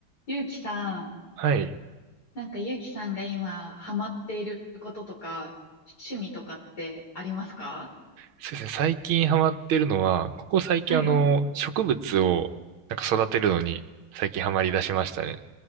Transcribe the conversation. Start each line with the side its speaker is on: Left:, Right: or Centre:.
Left: ゆうきさん、
Right: はい。
Left: なんかゆうきさんが今ハマっていることとか、趣味とかってありますか
Right: そうですね。最近ハマってるのは、ここ最近あの、
Left: はい。
Right: 植物をなんか育てるのに最近ハマり出しましたね。